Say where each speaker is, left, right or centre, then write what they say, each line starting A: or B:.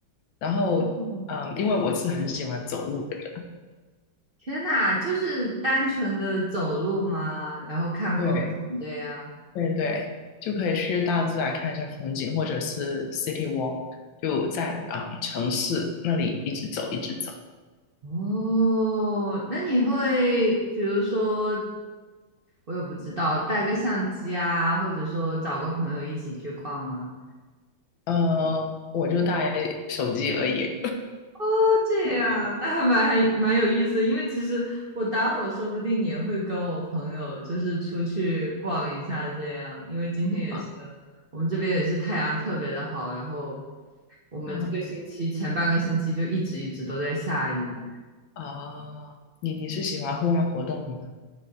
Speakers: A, on the left; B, on the right.
A: 然后，
B: 嗯，
A: 嗯，因为我是很喜欢走路的人，
B: 天呐，就是单纯的走路吗？然后看风景这样。
A: 对，对对，就可以去大自然看一下风景，或者是 city walk，就在啊，嗯城市那里一直走一直走，
B: 哦，那你会比如说，我也不知道，带个相机啊，或者说找个朋友一起去逛吗？
A: 呃，我就带手机而已。
B: 哦，这样，
A: <laughs>
B: 那还蛮还蛮有意思因为其实我待会儿说不定也会跟我朋友就是出去逛一下这样，因为今天也是
A: 啊。
B: 我们这边也是太阳特别的好，然后我们这个星期前半个星期就一直一直都在下雨。
A: 啊啊，你你是喜欢户外活动的吗？